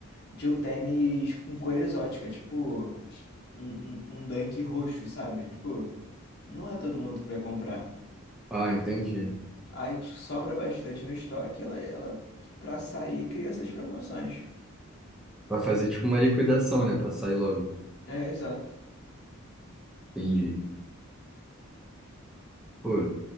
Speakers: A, on the left; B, in the centre.
A: de um tênis com cor exótica, tipo um, um, um Dunk roxo, sabe? Tipo, não é todo mundo que vai comprar.
B: Ah, entendi.
A: Aí sobra bastante no estoque, ela, ela pra sair cria essas promoções.
B: Vai fazer tipo uma liquidação, né? Pra sair logo.
A: É, exato.
B: Entendi. Pô,